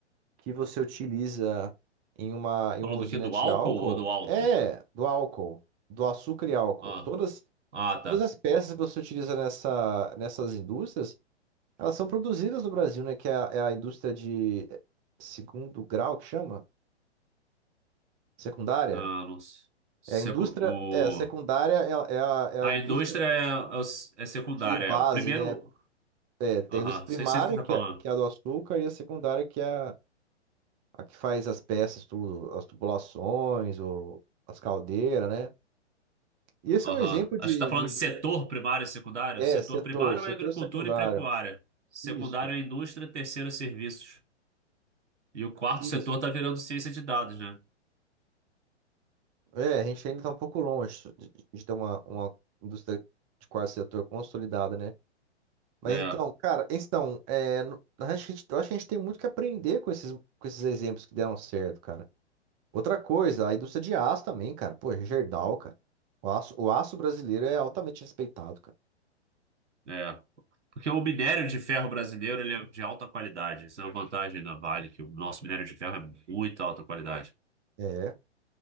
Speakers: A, on the right; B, on the right.
A: que você utiliza em uma, em
B: Falou
A: uma usina
B: do que? Do
A: de
B: álcool
A: álcool
B: ou do alto?
A: é do álcool, do açúcar e álcool.
B: Ah,
A: Todas,
B: ah,
A: todas
B: tá.
A: as peças que você utiliza nessa, nessas indústrias, elas são produzidas no Brasil, né? Que é a, é a indústria de é, segundo grau que chama? Secundária?
B: Ah, não sei. Secu-
A: É a indústria,
B: o...
A: é, a secundária é, a, é a é a
B: A
A: indústria
B: indústria é, é o- é secundária.
A: de base,
B: é. O primeiro.
A: né? É, tem
B: Aham,
A: a indústria primária,
B: sei, sei do que você
A: que
B: tá falando.
A: é, que é a do açúcar, e a secundária, que é a, a que faz as peças, tudo, as tubulações, ou as caldeiras, né? E esse
B: Aham.
A: é um exemplo
B: Acho
A: de,
B: que tá falando
A: de-
B: de setor primário e secundário.
A: é,
B: Setor
A: setor,
B: primário
A: setor
B: é agricultura
A: secundário.
B: e pecuária. Secundário
A: Isso,
B: é indústria, terceiro é serviços. E o quarto
A: isso.
B: setor tá virando ciência de dados, né?
A: É, a gente ainda está um pouco longe de, de ter uma, uma indústria de quarto setor consolidada, né? Mas
B: É,
A: então, cara, então, é, no- a gente, eu acho que a gente tem muito que aprender com esses, com esses exemplos que deram certo, cara. Outra coisa, a indústria de aço também, cara. Pô, Gerdau, cara. O aço, o aço brasileiro é altamente respeitado, cara.
B: é. Porque o minério de ferro brasileiro, ele é de alta qualidade. Isso é uma vantagem da Vale, que o nosso minério de ferro é muito alta qualidade.
A: É,